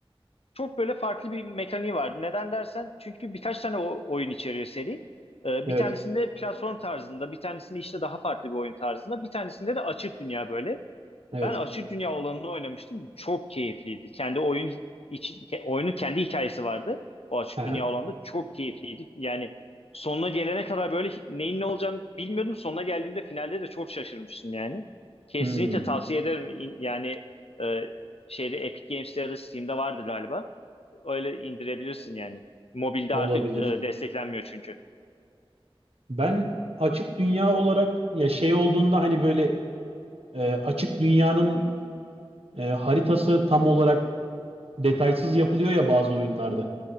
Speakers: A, on the left (about 75°); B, on the right (about 75°).
A: çok böyle farklı bir mekaniği vardı. Neden dersen çünkü birkaç tane o- oyun içeriyor seri. Ee,
B: Evet.
A: bir tanesinde platform tarzında, bir tanesinde işte daha farklı bir oyun tarzında, bir tanesinde de açık dünya böyle.
B: Evet.
A: Ben Açık Dünya olanını oynamıştım. Çok keyifliydi. Kendi oyun içi- ke- oyunun kendi hikayesi vardı. O Açık
B: Aha.
A: Dünya olanda çok keyifliydi. Yani sonuna gelene kadar böyle hi- neyin ne olacağını bilmiyordum. Sonuna geldiğimde finalde de çok şaşırmıştım yani. Kesinlikle
B: Hmm.
A: tavsiye ederim. İn- Yani e, şeyde Epic Games'te ya da Steam'de vardır galiba. Öyle indirebilirsin yani. Mobilde
B: Olabilir.
A: artık e, desteklenmiyor çünkü.
B: Ben açık dünya olarak ya şey olduğunda hani böyle e, açık dünyanın e, haritası tam olarak detaysız yapılıyor ya bazı oyunlarda.